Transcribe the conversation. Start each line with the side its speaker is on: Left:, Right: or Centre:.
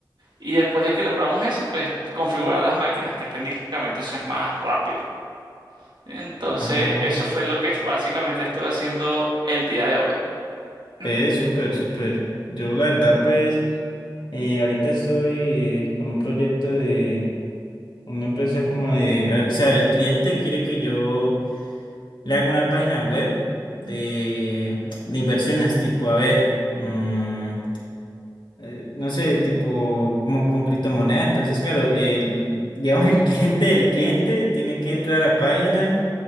Right: y después de que le probamos eso, pues configurar las máquinas, que técnicamente eso es más rápido. Entonces
Left: Ah,
Right: eso fue lo que básicamente estuve haciendo el día de hoy. <clears throat>
Left: pues súper, súper. Yo la verdad, pues, eh, ahorita estoy eh, con un proyecto de una empresa como de. ah, O sea, el cliente quiere que yo le haga una página web de, de inversiones, tipo, a ver, mm, eh, no sé, tipo, como con criptomoneda. Entonces, claro, el, digamos,
Right: Mm,
Left: el <laughs> cliente del cliente tiene que entrar a la página